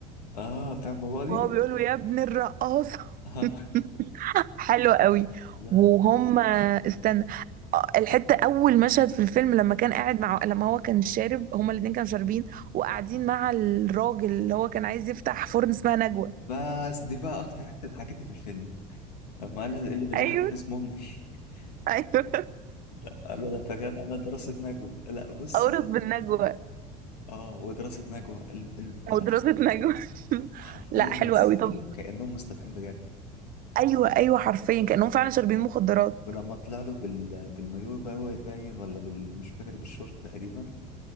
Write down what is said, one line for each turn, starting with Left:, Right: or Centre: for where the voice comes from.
Left: اه بتاع بابا دي
Right: وهو بيقول له يا ابن الرقاصه
Left: <laughs> آه.
Right: <laughs> حلو قوي
Left: لا
Right: وهم استنى آه، الحتة أول مشهد في الفيلم لما كان قاعد مع لما هو كان شارب هما الاتنين كانوا شاربين وقاعدين مع الراجل اللي هو كان عايز يفتح فرن اسمها نجوى
Left: بس دي بقى اكتر حته ضحكتني في الفيلم لما قال له ايه اللي بيضحك
Right: ايوه
Left: في اسم
Right: <laughs>
Left: امي <laughs>
Right: ايوه
Left: لا قال له ده انت كده تعمل دراسه نجوى لا بصي
Right: أورث بالنجوى
Left: اه ودراسه نجوى ال... ال... ال...
Right: أو دراسة نجوى <laughs>
Left: حرفيا
Right: لا
Left: مثلوا
Right: حلو قوي طب
Left: كانهم مصطبحين بجد
Right: أيوه أيوه حرفيا كأنهم فعلا شاربين مخدرات
Left: ولما طلع له بال... بالمايو باين ولا بال... مش فاكر بالشورت تقريبا